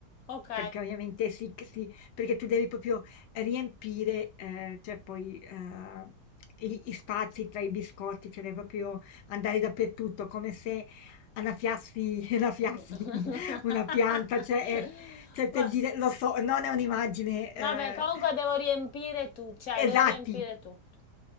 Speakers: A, on the left; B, on the left.
A: Ok.
B: perché ovviamente si c si perché tu devi proprio riempire, ehm, cioè poi, ehm, gli gli spazi tra i biscotti, cioè devi proprio andare dappertutto, come se annaffiassi <laughs> annaffiassi
A: <laughs>
B: una pianta, cioè è cioè per
A: Va-
B: dire, lo so, non è un'immagine
A: vabbè,
B: eh,
A: comunque devo riempire tu, cioè
B: esatti,
A: devo riempire tutto.